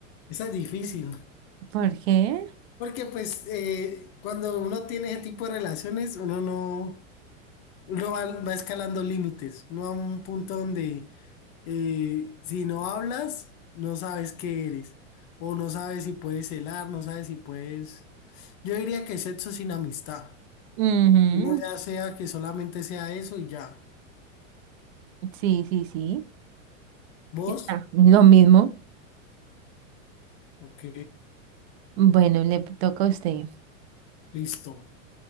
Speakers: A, on the left; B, on the right.
A: Esa es difícil.
B: ¿Por qué?
A: Porque pues eh, cuando uno tiene ese tipo de relaciones, uno no... Uno va, va escalando límites, uno va a un punto donde eh, si no hablas, no sabes qué eres, o no sabes si puedes celar, no sabes si puedes... Yo diría que sexo sin amistad,
B: Ujú,
A: uno ya sea que solamente sea eso y ya.
B: Sí, sí, sí.
A: ¿Vos?
B: Ya está, Lo mismo.
A: Ok,
B: Bueno, le toca a usted.
A: listo.